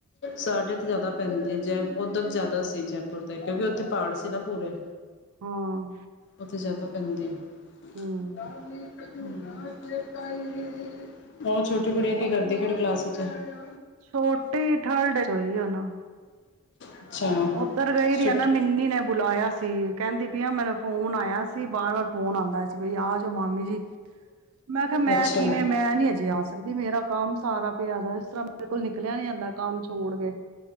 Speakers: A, on the left; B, on the right.
A: ਸਾਡੇ ਤੇ ਜ਼ਿਆਦਾ ਪੈਂਦੇ ਜ਼ੇ ਉੱਧਰ ਜ਼ਿਆਦਾ ਸੀ ਜੈਪੁਰ ਦੇ ਕਿਉਂਕਿ ਉੱਥੇ ਪਹਾੜ ਸ ਨਾ ਪੂਰੇ
B: ਹਾਂ
A: ਉੱਥੇ ਜ਼ਿਆਦਾ ਪੰਜਦੇ ਹ
B: ਹਮ
A: ਵੀ ਚਨਾ ਚਲੇ ਕ ਉਹ ਛੋਟੀ ਕੁੜੀਆਂ ਕੀ ਕਰਦੀ ਕਿ ਕਲਾਸ '
B: ਛੋਟੇ ਠਰਡਈ ਉਹ ਨਾ
A: ਅੱਛਾ
B: ਉੱਧਰ ਗਈ ਦੀ
A: ਛੁੱਟੀ
B: ਆ ਨਾ ਮਿੰਨੀ ਨੇ ਬੁਲਾਇਆ ਸੀ ਕਹਿੰਦੀ ਪਆ ਮੈਨੂੰ ਫੋਨ ਆਇਆ ਸੀ ਬਾਰ ਵਾਰ ਫੋਨ ਆਉਂਦਾ ਸੀ ਬਈ ਆ ਜਾ ਮਾਮੀ ਜੀ ਮੈਂ ਕਿਹਾ ਮੈਂ
A: ਅੱਛਾ
B: ਕਿਵੇਂ ਮੈਂ ਨੀ ਅਜੇ ਆ ਸਕਦੀ ਮੇਰਾ ਕੰਮ ਸਾਰਾ ਪਿਆ ਦਾ ਇਸ ਤਰ੍ਹਾਂ ਮੇਰੇ ਕੋਲ ਨਿਕਲਿਆ ਨੀ ਆਦਾ ਕੰਮ ਛੋੜ ਕੇ